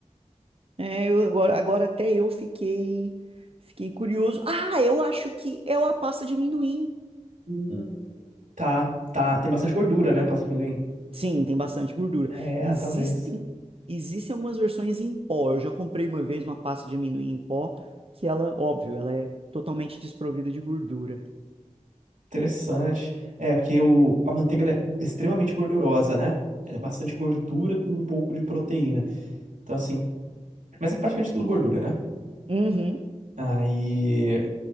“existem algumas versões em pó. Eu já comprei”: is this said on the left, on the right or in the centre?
Right